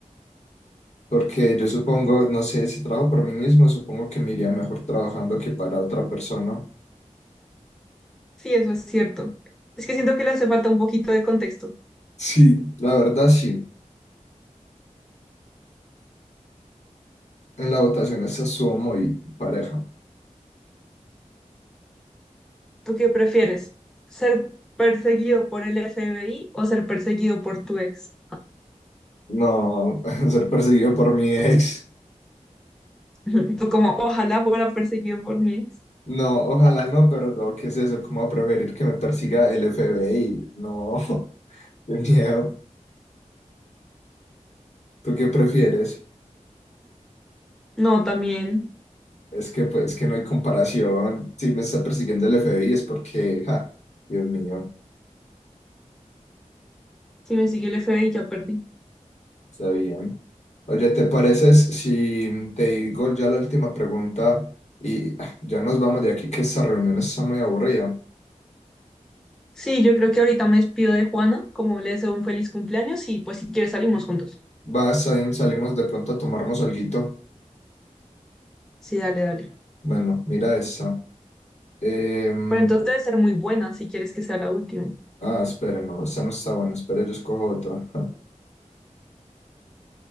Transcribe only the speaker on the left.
Porque yo supongo, no sé, si trabajo por mí mismo, supongo que me iría mejor trabajando que para otra persona.
Sí, la verdad sí. En la votación esta estuvo muy pareja.
No, <laughs> ser perseguido por mi ex.
No, ojalá no, pero no, ¿qué es eso? ¿Cómo va a preferir que me persiga el FBI? No, <laughs> qué miedo. ¿Tú qué prefieres?
Es que pues que no hay comparación. Si me está persiguiendo el FBI es porque, ja, Dios mío,
está bien. Oye, ¿te pareces si te digo ya la última pregunta y ah, ya nos vamos de aquí que esta reunión está muy aburrida?
Vas, ahí salimos de pronto a tomarnos alguito.
Bueno, mira esa. Em,
ah, espere, no, esa no está buena. Espere, yo escojo otra. <laughs>